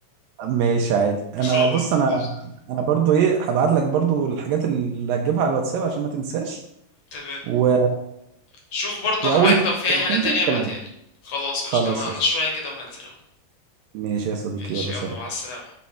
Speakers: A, on the right (about 80°); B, on the left (about 55°).
A: ماشي عادي انا
B: خلاص
A: بص انا
B: قشطة
A: انا برضو ايه هبعت لك برضو الحاجات اللي هتجيبها على الواتساب عشان ما تنساش
B: تمام
A: و...
B: شوف برضو
A: واول
B: انا معاك
A: ما
B: لو في اي
A: ما
B: حاجة
A: تنزل
B: تانية ابعتها
A: كلمني
B: لي خلاص
A: خلاص
B: قشطة انا انا
A: قشطة.
B: شوية كده وهنزل اهو
A: ماشي يا صديقي
B: ماشي
A: يلا
B: يلا
A: سلام
B: مع السلامة